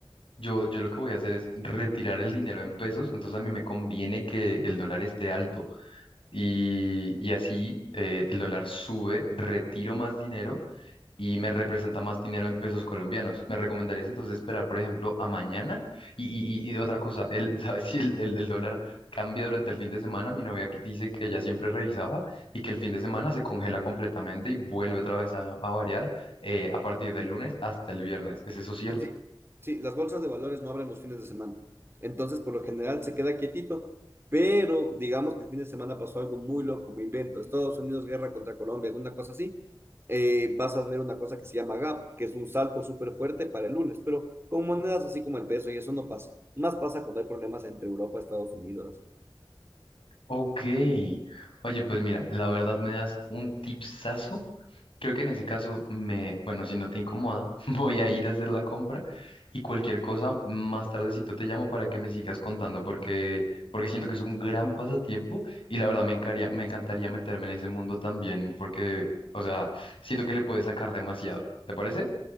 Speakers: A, on the left (about 75°); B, on the right (about 25°).
A: yo, yo lo que voy a hacer es retirar el dinero en pesos, entonces a mí me conviene que el dólar esté alto y, y así eh, el dólar sube, retiro más dinero y me representa más dinero en pesos colombianos. ¿Me recomendarías entonces esperar, por ejemplo, a mañana? Y, y- y- y otra cosa, el, <laughs> ¿sabes si el, el- el dólar cambia durante el fin de semana? Mi novia que- dice que ella siempre revisaba y que el fin de semana se congela completamente y vuelve otra vez a, a variar eh, a partir del lunes hasta el viernes. ¿Es eso cierto?
B: Sí, sí, las bolsas de valores no abren los fines de semana. Entonces, por lo general, se queda quietito. Pero digamos que el fin de semana pasó algo muy loco, me invento. Estados Unidos, guerra contra Colombia, alguna cosa así. Eh, vas a ver una cosa que se llama gap, que es un salto súper fuerte para el lunes, pero con monedas así como el peso y eso no pasa. Más pasa cuando hay problemas entre Europa, y Estados Unidos, así.
A: Ok. Oye,
B: Ujú.
A: pues mira, la verdad me das un tipsazo. Creo que en ese caso me, bueno, si no te incomoda, <laughs> voy a ir a hacer la compra y cualquier cosa, más tardecito te llamo para que me sigas contando porque, porque siento que es un gran pasatiempo y la verdad me encaría- me encantaría meterme en ese mundo también porque, o sea, siento que le puedes sacar demasiado. ¿Te parece?